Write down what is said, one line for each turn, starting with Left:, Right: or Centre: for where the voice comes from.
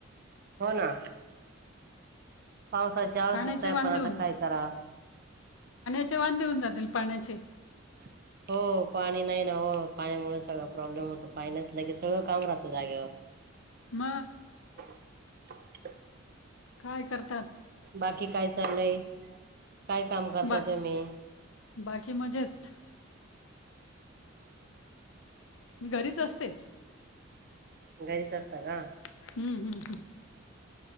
Right: हो ना पावसाची आवश्यकता
Left: पाण्याचे
Right: आहे
Left: वांदे
Right: पण आता
Left: होऊन
Right: काय करा
Left: चे वान देऊन जातील पाण्याचे
Right: ह हो पाणी नाही ना हो पाणीमुळे सगळं प्रॉब्लेम होतो पाणी नसलं की सगळं काम राहतं जागेवर
Left: म
Right: ह
Left: काय करते
Right: बाकी काय चाललंय काय काम करता
Left: बाकी
Right: तुम्ही
Left: बाकी म्हजेत मी घरीच असते
Right: गरी सरतग
Left: हम्म, हम्म, हम्म.